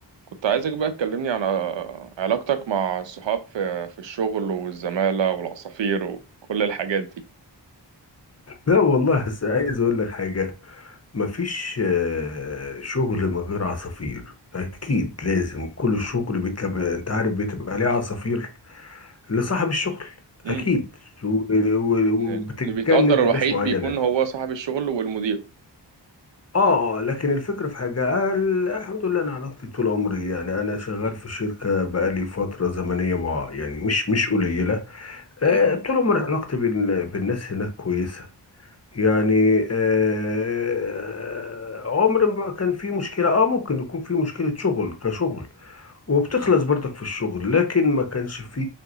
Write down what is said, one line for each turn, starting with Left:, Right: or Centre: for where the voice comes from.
Right: كنت عايزك بقى تكلمني عن علاقتك مع الصحاب في في الشغل والزمالة والعصافير وكل الحاجات دي
Left: لا والله بس عايز اقول لك حاجة مفيش آه، شغل من غير عصافير اكيد لازم كل شغل بيتبقى انت عارف بتبقى ليه عصافير لصاحب الشغل
Right: امم
Left: اكيد و- و- وبتتجند
Right: اللي بيتقدر الوحيد
Left: ناس معينة
Right: بيكون هو صاحب الشغل والمدير
Left: اه آه، لكن الفكرة في حاجة ال- الحمد لله انا علاقتي طول عمري يعني انا شغال في شركة بقالي فترة زمنية مع يعني مش مش قليلة آه،
Right: امم
Left: طول عمري علاقتي بال- بالناس هناك كويسة يعني آه، عمر ما كان في مشكلة اه ممكن يكون في مشكلة شغل كشغل وبتخلص برضك في الشغل لكن ما كانش في